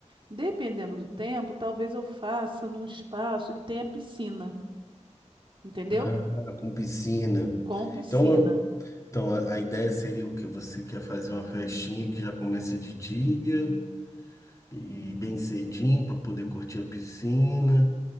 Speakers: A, on the right; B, on the left.
A: Dependendo do tempo, talvez eu faça num espaço que tenha piscina, entendeu?
B: Ah, com piscina.
A: Com piscina.
B: Então, então a a ideia seria o que você quer fazer uma festinha que já começa de dia e bem cedinho para poder curtir a piscina,